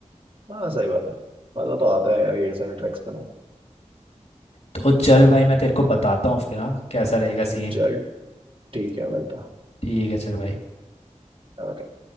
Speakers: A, on the right; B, on the left.
A: हाँ सही बात है मजा तो आता है यार ये सारे ट्रैक्स पे ना
B: तो चल भाई मैं तेरे को बताता हूँ फिर हाँ कैसा रहेगा सीन
A: चल ठीक है मिलता है
B: ठीक है चल भाई
A: Okay.